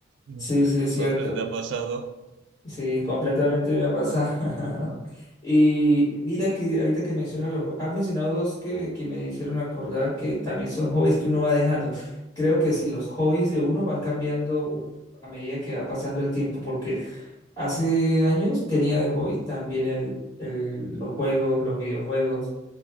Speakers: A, on the right; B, on the left.
A: <laughs>
B: sí, sí, es cierto.
A: No sé si te ha pasado.
B: Sí, completamente me ha pasado. <laughs> Y mira que ahorita que mencionas los... jue- Has mencionado dos que, que me hicieron acordar que también son hobbies que uno va dejando. Creo que si los hobbies de uno van cambiando a medida que va pasando el tiempo, porque hace años tenía de hobby también el, el, los juegos, los videojuegos.